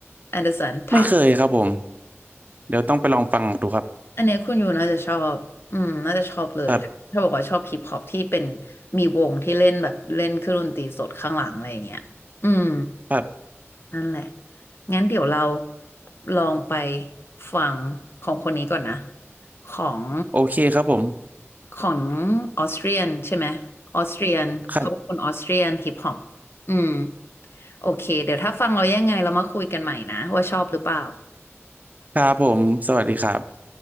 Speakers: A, on the left; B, on the right.
A: แอนเดอร์สันพาร์ค
B: ไม่เคยครับผมเดี๋ยวต้องไปลองฟังดูครับ
A: อันเนี้ยคุณอยู่น่าจะชอบ อืม น่าจะชอบเลยถ้าบอกว่าชอบฮิปฮอปที่เป็น
B: ครับ
A: มีวงที่เล่นแบบเล่นเครื่องดนตรีสดข้างหลังอะไรอย่างเงี้ยอืม
B: ครับ
A: นั่นแหละงั้นเดี๋ยวเราลองไปฟังของคนนี้ก่อนนะของ
B: โอเคครับผม
A: ของออสเตรียนใช่ไหมออสเตรียนเขาเป็นคนออสเตรียนฮิปฮอป
B: ครับ
A: อืมโอเคเดี๋ยวถ้าฟังเรายังไงเรามาคุยกันใหม่นะว่าชอบหรือเปล่า
B: ครับผมสวัสดีครับ